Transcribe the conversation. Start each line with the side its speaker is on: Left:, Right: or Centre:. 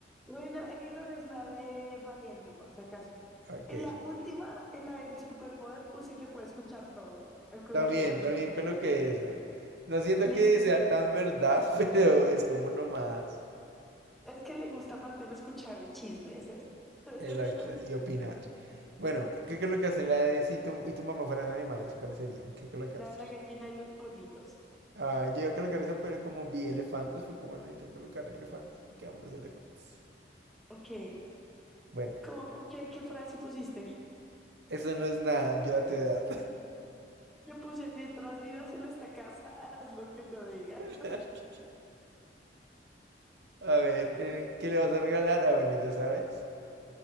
Centre: Reina, Elinor es la de Valiente, por si acaso.
Right: Ok.
Centre: En la última, en la del superpoder, puse que puede escuchar todo, aunque
Right: También,
Centre: me hable bajito.
Right: también coloqué esa. No siento
Centre: Listo.
Right: que sea tan verdad, <laughs> pero es como lo más.
Centre: Es que le gusta más bien escuchar el chisme, es eso. <laughs>
Right: Exacto, y opinar. Bueno, ¿qué colocas en la de si tu, y tu mamá fueran animales? ¿Cuáles serían? ¿Qué colocas?
Centre: La de la gallina y los pollitos.
Right: Ah, yo iba a colocar eso, pero como vi elefantes, fue como no necesito colocar elefantes porque amo los elefantes.
Centre: Ok.
Right: Bueno,
Centre: ¿Cómo pu- qué, qué frase pusiste?
Right: eso no es nada, yo a tu edad.
Centre: Yo puse, mientras vivas en esta casa, harás lo que yo diga.
Right: <laughs> A ver, eh, ¿qué le vas a regalar? Ah, bueno, ya sabes.